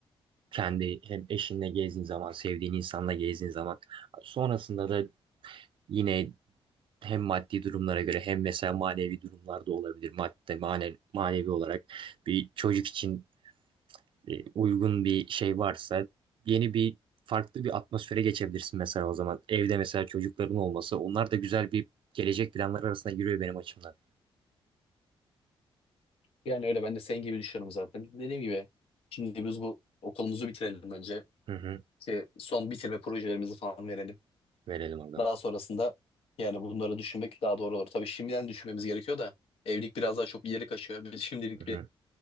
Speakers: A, on the right (about 60°); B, on the left (about 75°).
A: Kendi hem eşinle gezdiğin zaman, sevdiğin insanla gezdiğin zaman. Sonrasında da yine hem maddi durumlara göre hem mesela manevi durumlarda olabilir. Madde, mane, manevi olarak bir çocuk için e, uygun bir şey varsa yeni bir farklı bir atmosfere geçebilirsin mesela o zaman. Evde mesela çocukların olması onlar da güzel bir gelecek planları arasına giriyor benim açımdan.
B: Yani öyle ben de senin gibi düşünüyorum zaten. Dediğim gibi şimdi biz bu okulumuzu bitirelim önce.
A: Hı hı.
B: İşte son bitirme projelerimizi falan verelim.
A: Verelim agam.
B: Daha sonrasında yani bunları düşünmek daha doğru olur. Tabii şimdiden düşünmemiz gerekiyor da evlilik biraz daha çok ileri kaçıyor. Biz şimdilik
A: Hı hı.
B: bir